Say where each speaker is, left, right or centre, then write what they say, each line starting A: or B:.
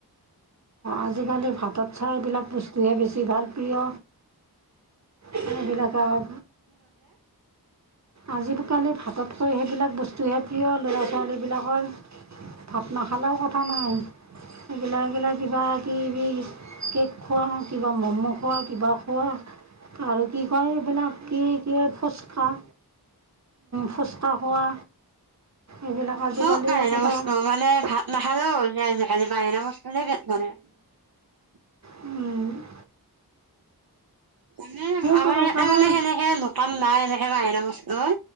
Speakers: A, on the right (about 45°); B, on the right (about 65°).
A: আজিকালি ভাতত চাই এইবিলাক বস্তুহে বেছি ভাল প্ৰিয়, সেইবিলাকৰ আজিকালি ভাততকৈ সেইবিলাক বস্তুহে প্ৰিয় ল'ৰা ছোৱালীবিলাকৰ। ভাত নাখালেও কথা নাই, এইগিলা এগিলা কিবা কিবি কেক খোৱা, কিবা ম'ম' খোৱা, কিবা খোৱা আৰু কি কয়, এইবিলাক কি কি ফুচকাহ ফুচকা খোৱা এইবিলাক আজিকালি
B: চ প
A: একোটা
B: ন অ মানে ভাল ন ভাল হ <unintelligible> স কে বাহৰা বস্ত যে ম <unintelligible>
A: উম
B: মানে আমাৰ
A: কাৰোবাৰ
B: ইয়াতে
A: কাৰোবাৰ
B: মানে সেনেকে দোকান নাই এনে, বাহিৰা বস্তুৰ